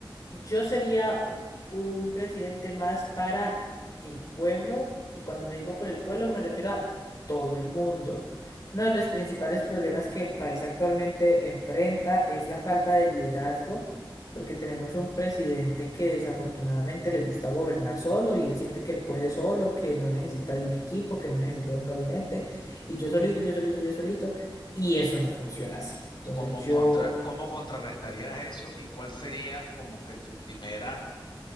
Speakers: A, on the left; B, on the left.
A: yo sería un presidente más para el pueblo, y cuando me digo por el pueblo me refiero a todo el mundo. Uno de los principales problemas que el país actualmente enfrenta es la falta de liderazgo, porque tenemos un presidente que desafortunadamente le gusta gobernar solo y él siente que él puede solo, que no necesita de un equipo, que no necesita de un gabinete, y yo solito, yo solito, yo solito, y eso no funciona así. Entonces
B: ¿Cómo
A: yo
B: contra, cómo contrarrestarías eso y cuál sería como que tu primera